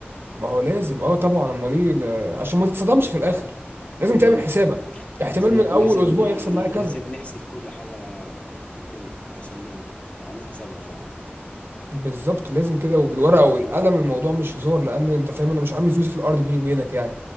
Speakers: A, on the right; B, on the left.
A: ما هو لازم اه طبعا امال ايه ل- عشان ما تتصدمش في الاخر لازم
B: مم.
A: تعمل حسابك احتمال
B: بس لا-
A: من اول
B: لازم
A: اسبوع يحصل معايا كذا
B: لازم نحسب كل حاجة ممكن تحصل لنا لو عندنا حسابها فعلا
A: بالظبط لازم كده وبالورقه والقلم الموضوع مش هزار لان انت فاهم انا مش عامل فلوسي في الارض بيني وبينك يعني